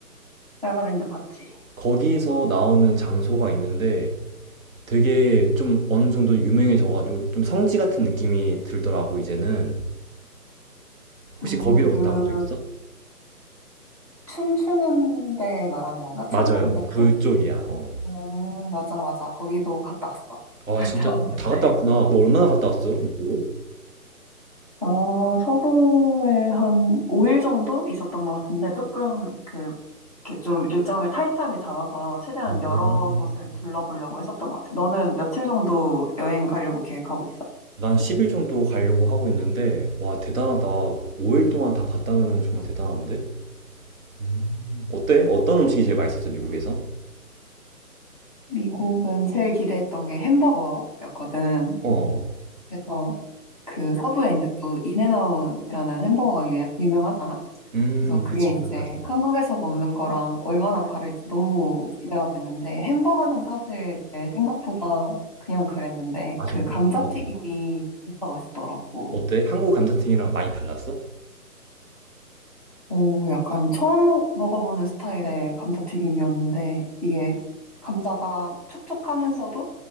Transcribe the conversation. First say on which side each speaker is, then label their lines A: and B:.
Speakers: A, on the right; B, on the right.
A: 라라랜드 봤지?
B: 거기서 나오는 장소가 있는데 되게 좀 어느 정도 유명해져가지고 좀 성지 같은 느낌이 들더라고 이제는 혹시
A: 음,
B: 거기로 갔다
A: 그,
B: 온 적 있어?
A: 춤추는 데 말하는 건가?
B: 맞아요
A: 천문대
B: 그쪽이야
A: 쪽?
B: 어.
A: 음, 맞아, 맞아. 거기도 갔다 왔어. <laughs>
B: 아
A: 갔다
B: 진짜
A: 왔는데
B: 다 갔다 왔구나 너 얼마나 갔다 왔어? 뭐?
A: 아, 서부에 한 5일 정도 있었던 것 같은데, 조금 그, 이렇게 좀 일정을 타이트하게 잡아서 최대한
B: 오.
A: 여러 곳을 둘러보려고 했었던 것 같아. 너는 며칠 정도 여행 가려고 계획하고 있어?
B: 난 10일 정도 가려고 하고 있는데 와 대단하다 5일 동안 다 봤다면 정말 대단한데? 음. 어때? 어떤 음식이 제일 맛있었어 미국에서?
A: 미국은 제일 기대했던 게 햄버거였거든.
B: 어.
A: 그래서 그 서부에 이제 또 인앤아웃이라는 햄버거가 유, 유명하잖아?
B: 음,
A: 그래서 그게
B: 그치,
A: 이제
B: 유명하지.
A: 한국에서 먹는 거랑 얼마나 다를지 너무 기대가 됐는데 햄버거는 사실 내 생각보다 그냥 그랬는데
B: 아, 정말?
A: 그 감자튀김이
B: 어.
A: 진짜 맛있더라고.
B: 어때? 한국 감자탕이랑 많이 달랐어?
A: 오, 약간 처음 먹- 먹어보는 스타일의 감자튀김이었는데 이게 감자가 촉촉하면서도